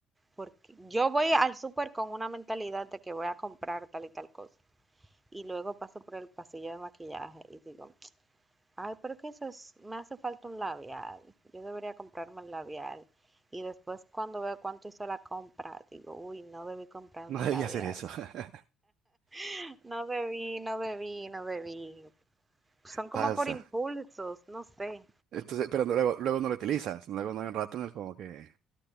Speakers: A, on the right; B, on the right.
A: porque yo voy al súper con una mentalidad de que voy a comprar tal y tal cosa y luego paso por el pasillo de maquillaje y digo, Ay, pero que eso es, me hace falta un labial. Yo debería comprarme el labial. Y después cuando veo cuánto hizo la compra, digo, uy, no debí comprarme
B: No debía
A: el labial.
B: hacer eso. <laughs>
A: <laughs> No debí, no debí, no debí. Son como
B: Pasa.
A: por impulsos, no sé.
B: Entonces, pero no- luego, luego no lo utilizas. Luego no hay un rato en el como que